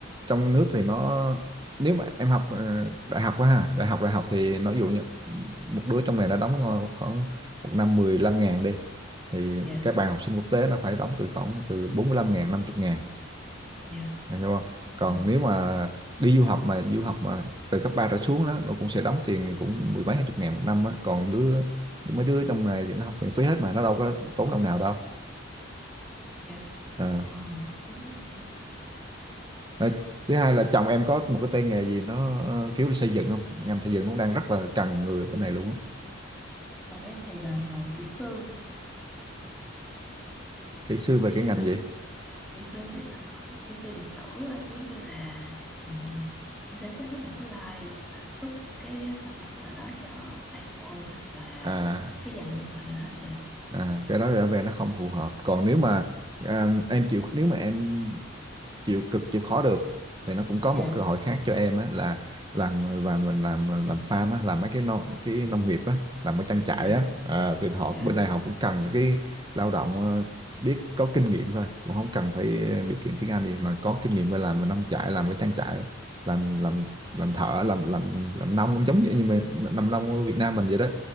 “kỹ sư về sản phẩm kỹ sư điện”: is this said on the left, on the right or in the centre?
Centre